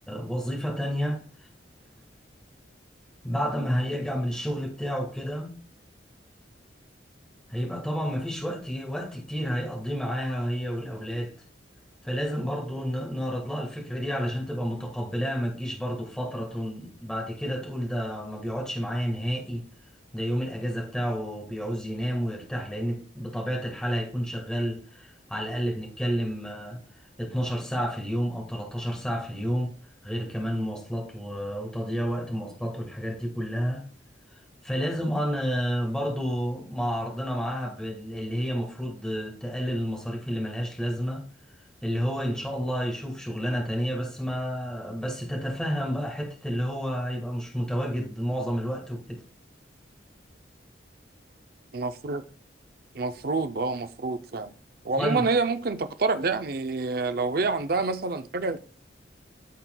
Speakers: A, in the centre; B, on the right.
A: وظيفة تانية بعد ما هيرجع من الشغل بتاعه كده هيبقى طبعا مفيش وقت وقت كتير هيقضيه معاها هي والأولاد فلازم برضو ن- نعرض لها الفكرة دي علشان تبقى متقبلاها ما تجيش برضو في فترة تن- بعد كده تقول ده ما بيقعدش معايا نهائي ده يوم الأجازة بتاعه بيعوز ينام ويرتاح لأن بطبيعة الحال هيكون شغال على الأقل بنتكلم آه، 12 ساعة في اليوم أو 13 ساعة في اليوم غير كمان مواصلات و- وتضييع وقت مواصلات والحاجات دي كلها فلازم انا برضو مع عرضنا معاها بال- اللي هي مفروض تقلل المصاريف اللي ملهاش لازمة اللي هو ان شاء الله يشوف شغلانة تانية بس ما بس تتفهم بقى حتة اللي هو هيبقى مش متواجد معظم الوقت وكده
B: المفروض المفروض اه المفروض فعلا وعموما
A: طيب
B: هي ممكن تقترح يعني آه، لو هي عندها مثلا حاجة